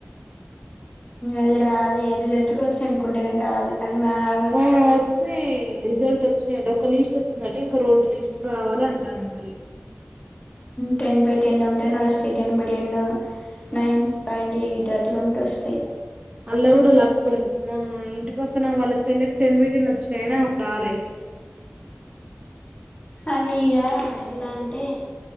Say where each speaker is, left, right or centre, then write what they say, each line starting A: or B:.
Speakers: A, on the left; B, on the right.
A: అది రాదే గ్తుకి వచ్చి అనుకుంటే కానీ రాదే అది మాడ
B: ఆ వచ్చి రిజల్ట్ వచ్చి ఒక లిస్ట్ వచ్చిందంటే ఇంక రెండు లిస్ట్ రావాలి అంటది మరి
A: టెన్ బై టెన్ ఉంటేనే వస్తాయి ten by ten nine point eight అట్లా ఉంటే వస్తాయి
B: అల్లా కూడా లక్క మా ఇంటి పక్కన వాళ్ళ చెల్లెకి టెన్ బై టెన్ వచ్చిన అయినా ఆమెకు రాలే
A: అది ఇగ ఎట్లా అంటే